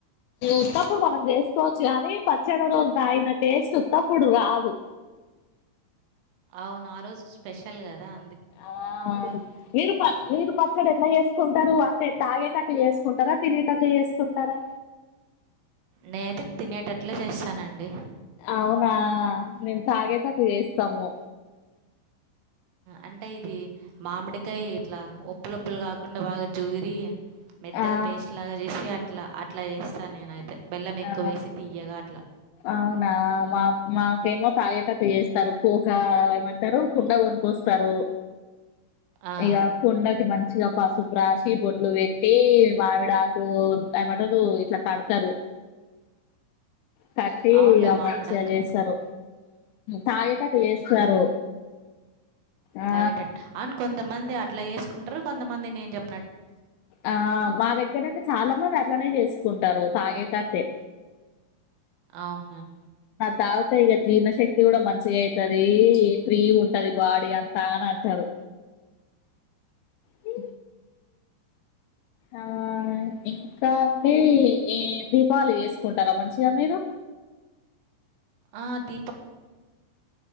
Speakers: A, on the left; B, on the right.
A: ఉత్తప్పుడు మనం చేసుకోవచ్చు కాని పచ్చడి రోజు తగన టేస్ట్ ఉత్తప్పుడు రాదు
B: అవును ఆ రోజు స్పెషల్ కదా అ
A: ఆ మీరు ప మీరు పచ్చడి ఎట్లా చేేసుకుంటారు అంటే తాగే తకు చేసుకుంటారా పిినేటకు చేసుకుంటారా
B: నేనైతే తినేటట్లే చేస్తానండి
A: అవునా నేను తాగే కథ చేస్తాము
B: అంటే ఇది మామిడికాయ ఇట్లా ఉప్పులొప్పులు కాకుండా బాగా జుగిరి మెత్తగా
A: ఆ
B: పేస్ట్ లాగా చేసి అట్లా అట్లా చేస్తా నేనైతే బెల్లం ఎక్కువవేసి
A: ఆ
B: తీయగా అట్లా
A: అవునా మా ఫేమో తాగే కటు చేస్తారు కోకా ఏమంటారు కుండ కొనికొస్తారు
B: ఆ!
A: ఇక కుండకి మంచిగా పసుపు రాసి బొట్లు పెట్టి మావిడకు అయ మాట ఇట్లా కడతారు కట్టి
B: అవునులే
A: ఇక
B: మామిడాకులు.
A: మంచిగా చేస్తారు తాగితే అట్ చేస్తారు ఆ
B: తాగటట్టు అని కొంతమంది అట్లా వసుకుంటారు కొంతమంది నేను చెప్ప
A: ఆ మా దగ్గర అయితే చాలా మంది అట్లనే చేస్తుంది కుంటారు తాగేట అదతే
B: అవునను
A: తాగుత ఇక జీర్ణశక్తి కూడా మంచిగా అయితది ఫ్రీ ఉంటది బాడీ అంతా అని అంటారు హ ఆ ఇంకా అడి ఏది పాలు చేసుకుంటారా మంచిగా మీరు
B: ఆ! దీపావళి